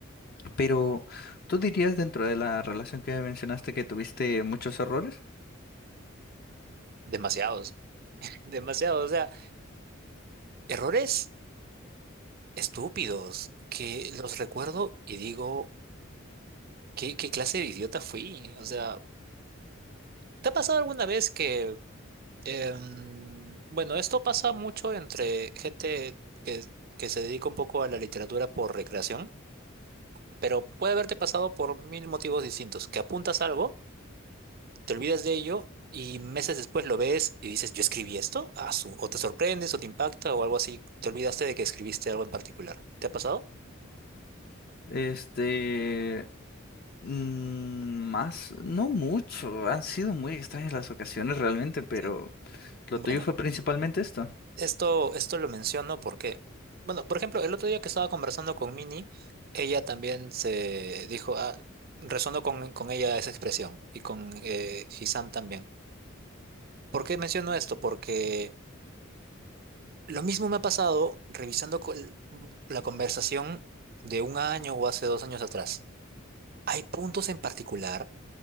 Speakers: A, on the left (about 50°); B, on the right (about 50°).
A: Pero ¿tú dirías dentro de la relación que mencionaste que tuviste muchos errores?
B: demasiados, <laughs> demasiados, o sea, errores estúpidos que los recuerdo y digo, ¿qué, qué clase de idiota fui? O sea, ¿te ha pasado alguna vez que Em, bueno, esto pasa mucho entre gente que, que se dedica un poco a la literatura por recreación, pero puede haberte pasado por mil motivos distintos, que apuntas algo, te olvidas de ello y meses después lo ves y dices, yo escribí esto, ah, su, o te sorprendes o te impacta o algo así, te olvidaste de que escribiste algo en particular. ¿Te ha pasado?
A: Este, mm, más, no mucho, han sido muy extrañas las ocasiones realmente, pero
B: Sí.
A: lo
B: Bueno,
A: tuyo fue principalmente esto,
B: Esto, esto lo menciono porque, bueno, por ejemplo, el otro día que estaba conversando con Mini, ella también se dijo, ah, resonó con, con ella esa expresión y con eh, Hisam también. ¿Por qué menciono esto? Porque lo mismo me ha pasado revisando co- la conversación de un año o hace dos años atrás. Hay puntos en particular